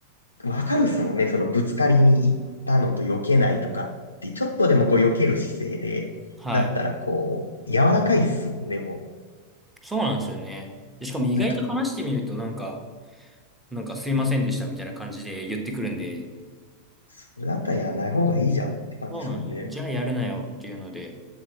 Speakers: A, on the left; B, in the centre.
A: わかるっすもんね。そのぶつかりに行ったのと避けないとかって、ちょっとでもこう避ける姿勢で、
B: はい。
A: だったらこう、柔らかいっすもんね、も
B: そうなんですよね。で、しかも意外と話してみると、
A: う。なんか、
B: なんか、なんかすいませんでしたみたいな感じで言ってくるんで、
A: それだったらやんない方がいいじゃんって感じですもんね。
B: うんそうなんですよ。じゃあやるなよっていうので、